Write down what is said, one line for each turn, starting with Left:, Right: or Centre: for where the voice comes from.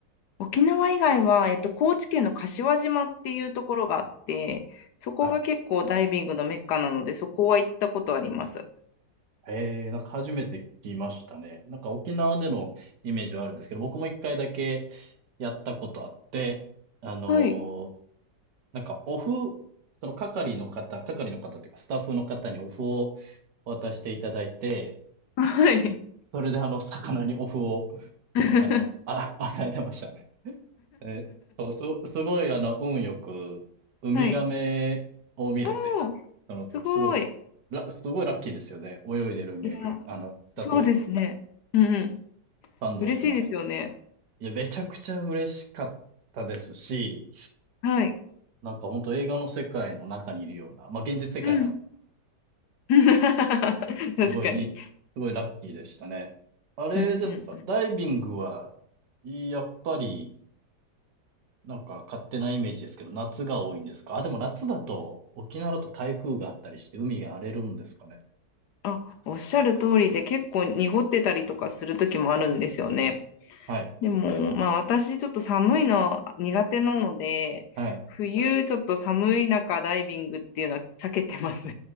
Left: 沖縄以外は、えっと、高知県の柏島っていうところがあって、そこが結構ダイビングのメッカなので、
Right: はい
Left: そこは行ったことあります。
Right: へえ、なんか初めて聞きましたね。なんか沖縄でのイメージはあるんですけど、僕も一回だけやったことあって、あのー
Left: はい。
Right: なんかお麩、その係の方、係の方っていうかスタッフの方にお麩を渡していただいて、
Left: はい。
Right: それであの、魚にお麩を、
Left: <laughs>
Right: あの、あ、与えてましたね。え、そう、す、すごいあの、運よく、ウミガメを見れて、
Left: はい。おー
Right: その時すごい、
Left: すごい。
Right: ら、すごいラッキーですよね。泳いでるウミガメ、
Left: いや、
Right: あの、下通って
Left: そうですね。うんうん。
Right: 感動しました。
Left: 嬉しいですよね。
Right: いや、めちゃくちゃ嬉しかったですし、
Left: はい。
Right: なんか本当映画の世界の中にいるような、まあ現実世界なんです、
Left: うん。<laughs> 確かに。
Right: すごいいい、すごいラッキーでしたね。あれですか、
Left: うんうんうん。
Right: ダイビングは、やっぱり、なんか勝手なイメージですけど、夏が多いんですかあ、でも夏だと、沖縄だと台風があったりして海が荒れるんですかね。
Left: あ、おっしゃる通りで結構濁ってたりとかする時もあるんですよね。
Right: はい、
Left: でも、まあ私ちょっと寒いの苦手なので、
Right: はい。
Left: 冬ちょっと寒い中ダイビングっていうのは避けてます。